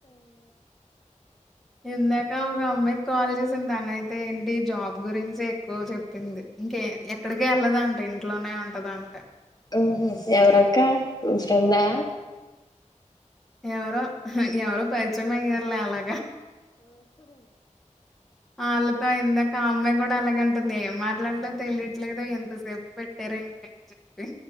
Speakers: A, in the centre; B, on the left.
A: ఇందాక ఒక అమ్మాయికి కాల్ చేసింది తన అయితే ఏంటి జాబ్ గురించి ఎక్కువ చెప్పింది ఇంకే ఎక్కడికి ఎల్లదంట ఇంట్లోనే ఉంటదంట
B: ఆహా ఎవరక్క మీ ఫ్రెండా
A: ఎవరో ఎవరో పరిచయమాయర్లే అలాగా ఆళ్లతో ఇందాక ఆ అమ్మాయిని కూడా అలాగంటది ఏం మాట్లాడలో తెలియట్లేదుో ఎంతసేపు పెట్టార ఏంటి అని చెప్పి